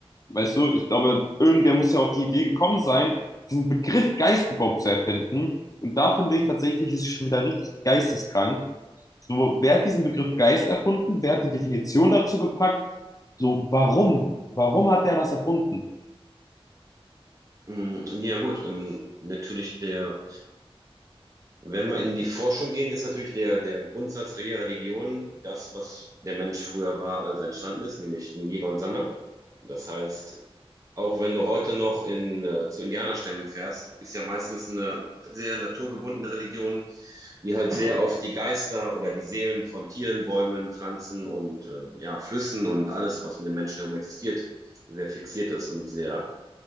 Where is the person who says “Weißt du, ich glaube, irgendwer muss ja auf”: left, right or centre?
Left